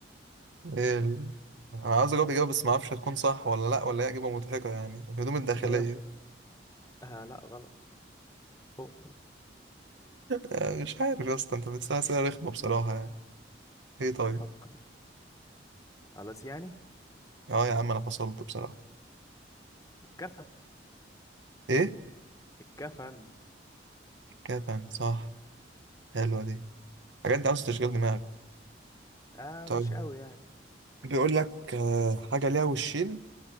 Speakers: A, on the right (about 75°); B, on the left (about 15°).
A: إيه ال... انا عاوز اجاوب اجابه بس ما اعرفش هتكون صح ولا لا ولا هي اجابه مضحكه يعني الهدوم الداخليه
B: جاوب آه لا غلط فوق
A: آه، مش عارف يا اسطى انت بتسال اسئله رخمه بصراحه يعني
B: والله
A: ايه طيب
B: يفكر خلاص يعني
A: اه يا عم انا فصلت بصراحه
B: الكفن
A: ايه
B: الكفن
A: كفن صح حلوه دي الحاجات دي عاوزه تشغيل دماغ
B: اه
A: طيب
B: مش قوي يعني
A: بيقول لك آه، حاجه ليها وشين